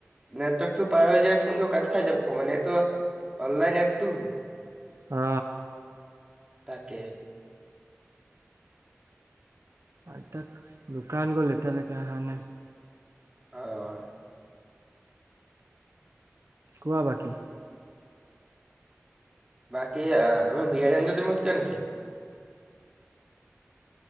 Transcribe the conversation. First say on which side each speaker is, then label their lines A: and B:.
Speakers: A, on the right; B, on the right.
A: নেটৱৰ্কটো পাৰ হৈ যায় ফোনটো কাট খাই যাব মানে এইটো অনলাইন এপটো
B: অ
A: তাকে
B: আইতাক দোকান গ'ল এতিয়ালৈকে হানাই
A: হয়
B: কোৱা বাকি
A: বাকী এইবাৰ বিহাৰীন্দত মত কিয় ন খেলে